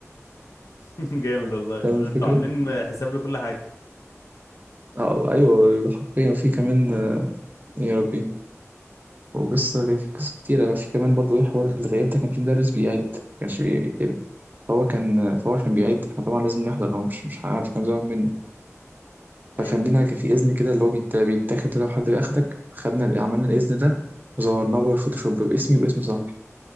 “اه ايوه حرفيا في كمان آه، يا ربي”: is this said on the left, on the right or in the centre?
Right